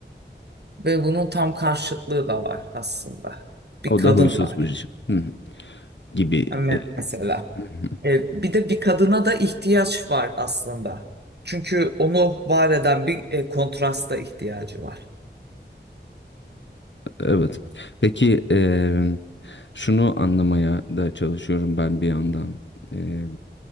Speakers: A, on the right; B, on the left.
A: Ve bunun tam karşıtlığı da var aslında. Bir
B: o
A: kadın
B: da huysuz
A: var.
B: bir şey. hı hı, gibi.
A: Yani
B: e, hı
A: mesela.
B: hı.
A: E, bir de bir kadına da ihtiyaç var aslında. Çünkü onu var eden bir e, kontrasta ihtiyacı var.
B: Evet. Peki eee, şunu anlamaya da çalışıyorum ben bir yandan. Eee,